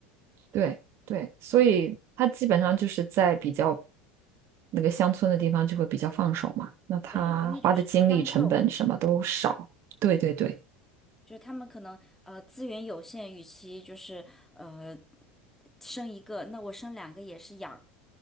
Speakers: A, on the right; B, in the centre.
A: 对对，所以他基本上就是在比较那个乡村的地方就会比较放手嘛，那他花的精力成本什么都少。
B: 对，因为就是将就。
A: 对对对
B: 就是他们可能呃资源有限，与其就是呃生一个，那我生两个也是养，